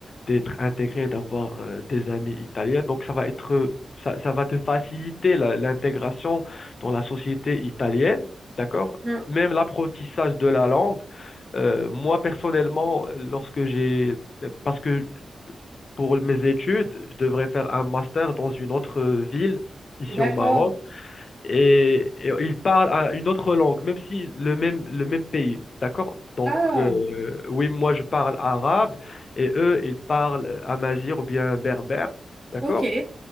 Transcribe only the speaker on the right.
Hmm,
D'accord.
Ah,
ok.